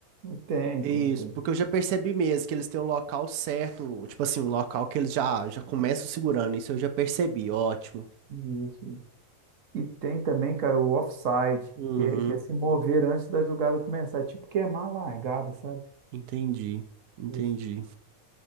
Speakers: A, on the right (about 60°); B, on the right (about 80°).
A: Tem,
B: Isso,
A: tem, tem.
B: porque eu já percebi mesmo que eles têm o local certo, tipo assim, um local que eles já, já começam segurando. Isso eu já percebi, ótimo.
A: Isso, isso. E tem também, cara, o offside,
B: Uhum,
A: que é, que é se mover antes da jogada começar, tipo queimar a largada, sabe?
B: entendi, entendi.
A: Isso.